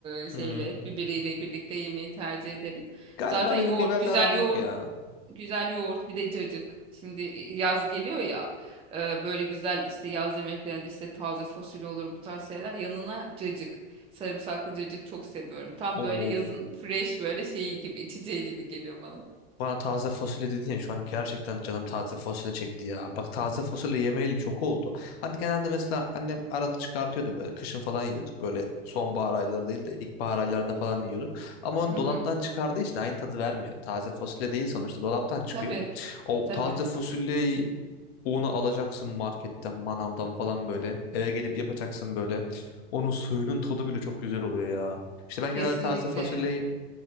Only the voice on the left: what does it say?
Hmm.
Galiba
benim biberle
aram
yok ya.
Oo.
Bana taze fasulye dedin ya şu an gerçekten canım taze fasulye çekti ya. Bak taze fasulye yemeyeli çok oldu. Hani genelde mesela annem arada çıkartıyordu böyle kışın falan yiyorduk. Böyle sonbahar ayları değil de ilkbahar aylarında falan yiyorduk. Ama onu
dolaptan
çıkardığı için aynı tadı vermiyor. Taze fasulye değil sonuçta dolaptan çıkıyor.
O
taze fasulyeyi Unu alacaksın marketten, manavdan falan böyle. Eve gelip yapacaksın böyle. Onun suyunun tadı bile çok güzel oluyor ya. İşte ben
genelde taze fasulyeyi